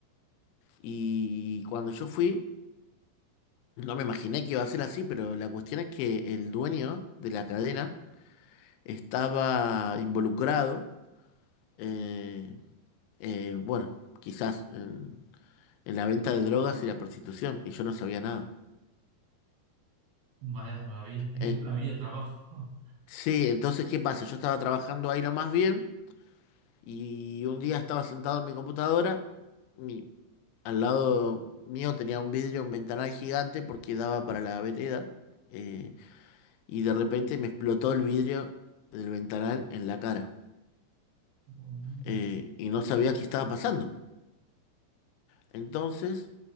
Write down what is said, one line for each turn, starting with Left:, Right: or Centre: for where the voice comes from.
Left: y cuando yo fui, no me imaginé que iba a ser así, pero la cuestión es que el dueño de la cadena estaba involucrado, eh, eh, bueno, quizás en, en la venta de drogas y la prostitución y yo no sabía nada.
Right: Vaya maravilla, qué
Left: Eh,
Right: maravilla de trabajo.
Left: Sí, entonces, ¿qué pasa? Yo estaba trabajando ahí lo más bien y un día estaba sentado en mi computadora. Mi, al lado mío tenía un vidrio, un ventanal gigante porque daba para la vereda. eh, y de repente me explotó el vidrio del ventanal en la cara.
Right: <laughs>
Left: eh, y no sabía qué estaba pasando. Entonces,